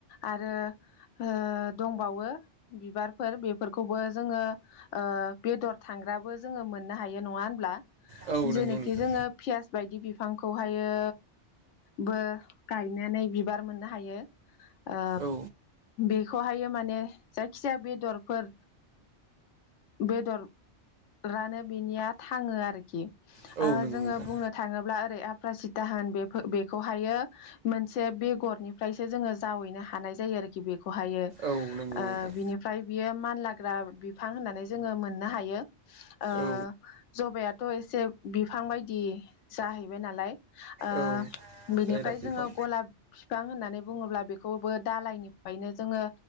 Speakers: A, on the left (about 80°); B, on the right (about 55°).
A: आरो ओ दंबावो बिबारफोर बेफोरखौबो जोङो ओ बेदर थां ग्राबो जोङो मोननो हायो नङा होनब्ला?
B: औ नंगौ
A: जेनेखि
B: नोंथां
A: जोङो फियाज बिदि बिफांखौहायो बो गायनानै बिबार मोननो हायो ओ
B: औ
A: बेखौहाय माने जायखिजाया बेदरफोर बेदरानो बिनिया थाङो आरोखि
B: औ
A: ओ
B: नंगौ
A: जोङो
B: नोंथां।
A: बुंनो थाङोब्ला ओरै आफ्रासिता होन बेफोर बेखौहायो जोङो मोनसे बेगरनिफ्रायसो जोङो जाव वायनो हानाय जायो आरो बेखौ हायो
B: औ नंगौ
A: ओ
B: नोंथां
A: फ्राय बियो मानलाग्रा बिफां होननानै जोङो मोननो हायो ओ
B: औ
A: जबायाथ' थ' एसे बिफां बायदि जाहैबाय नालाय ओ
B: औ
A: बेनिफ्राय
B: जायरा बिफां
A: जोङो गलाब बिफां होननानै बुङोब्ला बेखौबो दालायनिफ्रायनो जोङो